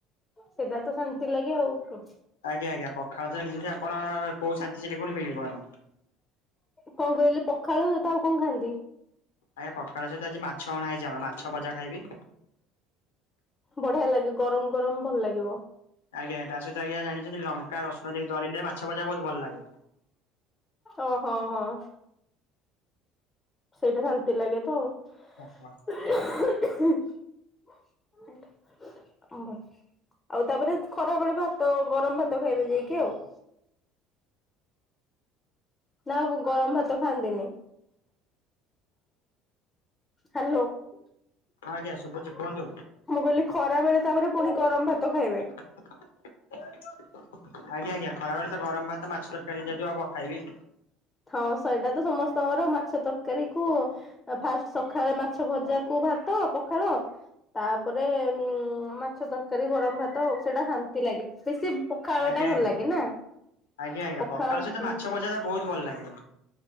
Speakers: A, on the left (about 25°); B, on the left (about 90°).
A: ସେଟା ତ ଶାନ୍ତି ଲାଗେ ଆଉ କଁ?
B: ଆଜ୍ଞା ଆଜ୍ଞା ପଖାଳ ତ ଜାଣିଛନ୍ତି ଆପଣ କୋଉ ଶାନ୍ତି ସେଠି ପୁଣି ମିଳିବ ନାହିଁ।
A: କଁ କହିଲେ ପଖାଳ ଭାତ ଆଉ କଣ ଖାଆନ୍ତି।
B: ଆଜ୍ଞା ପଖାଳ ସହିତ ଆଜି ମାଛ ଅଣା ହେଇଛି ଆମର ମାଛ ଭଜା ଖାଇବି।
A: ବଢିଆ ଲାଗେ ଗରମ ଗରମ ଭଲ ଲାଗିବ।
B: ଆଜ୍ଞା ତା ସହିତ ଆଜ୍ଞା ଜାଣିଛନ୍ତି ଲଙ୍କା ରସୁଣ ଦେଇକି ଦଳିଲେ ମାଛ ଭଜା ବହୁତ ଭଲ ଲାଗେ।
A: ଓ ହୋ ହଁ ହଁ। ସେଇଟା ଶାନ୍ତି ଲାଗେ ତ ଆଉ।
B: <unintelligible>
A: <inaudible> ଆଉ ତାପରେ ଖରାବେଳେ ଭାତ ଗରମ ଭାତ ଖାଇବେ ଯାଇକି ଆଉ। ନା ମୁଁ ଗରମ ଭାତ ଖାଆନ୍ତିନି। ହାଲୋ। ମୁଁ
B: ଆଜ୍ଞା ଶୁଭୁଛି କୁହନ୍ତୁ
A: କହିଲି ଖରା ବେଳେ ତାପରେ ପୁଣି ଗରମ ଭାତ ଖାଇବେ।
B: <inaudible> ଆଜ୍ଞା ଆଜ୍ଞା ଖରା ବେଳେ ତ ଗରମ ଭାତ ମାଛ ତରକାରୀ ହେଇଯାଇଥିବ ଆଉ କଣ ଖାଇବି।
A: ହଁ ସେଇଟା ତ ସମସ୍ତଙ୍କର ମାଛ ତରକାରୀ କୁ ଫାଷ୍ଟ ସଖାଳେ ମାଛ ଭଜାକୁ ଭାତ ପଖାଳ। ତାପରେ ଉ ମାଛ ତରକାରୀ ଗରମ ଭାତ ଆଉ। ସେଟା ଶାନ୍ତି ଲାଗେ ବେଶୀ ପଖାଳ
B: ଆଜ୍ଞା
A: ଟା ଭଲ
B: ଆଜ୍ଞା
A: ଲାଗେ ନା।
B: ଆଜ୍ଞା ଆଜ୍ଞା
A: ପଖାଳ ହୁଁ
B: ସହିତ ମାଛ ଭଜା ଟା ବହୁତ ଭଲ ଲାଗେ।